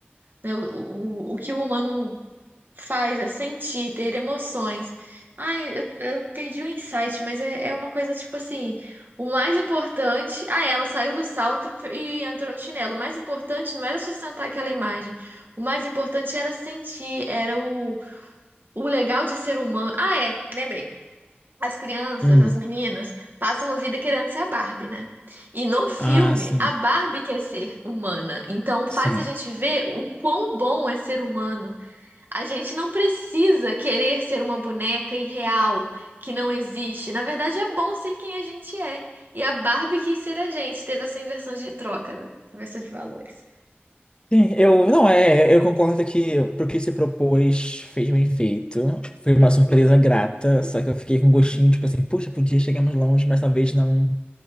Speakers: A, on the right; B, on the left.
A: né, O, o, o que o humano faz é sentir, ter emoções. Ai, eu, eu perdi o insight, mas é, é uma coisa tipo assim: o mais importante. Ah, ela saiu do salto e, e entrou no chinelo. O mais importante não era sustentar aquela imagem. O mais importante era sentir, era o, o legal de ser humano. Ah, é, lembrei. As crianças,
B: hum.
A: as meninas, passam a vida querendo ser a Barbie, né? E no filme,
B: Ah, sim,
A: a Barbie quer ser humana. Então faz
B: sim.
A: a gente ver o quão bom é ser humano. A gente não precisa querer ser uma boneca irreal, que não existe. Na verdade, é bom ser quem a gente é. E a Barbie quis ser a gente. Teve essa inversão de troca, né? inversão de valores.
B: Sim, eu não é, eu concordo que pro que se propôs fez bem feito. Foi uma surpresa grata, só que eu fiquei com um gostinho, tipo assim, puxa, podia chegar mais longe, mas talvez não.